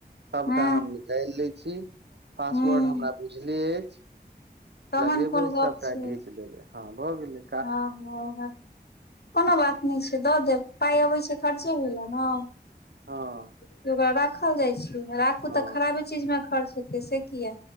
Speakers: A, on the right; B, on the left.
A: सबटा
B: हँ
A: हम निकाइल लय छी पासवर्ड
B: हूँ
A: हमरा बुझले अछि
B: तहन
A: लगेबैय
B: कोन गप
A: सबटा
B: छै
A: घीच लेबैय हँ भ गेलैय।
B: हँ- हँ कोनो बात नय छैय दऽ देब पाय अबैय छैय खर्चे होय ल न।
A: हँ।
B: कि ओकरा राखल जाय छैय। राखू
A: हँ
B: तऽ खराबे चीज मे खर्च हेतैय से किया।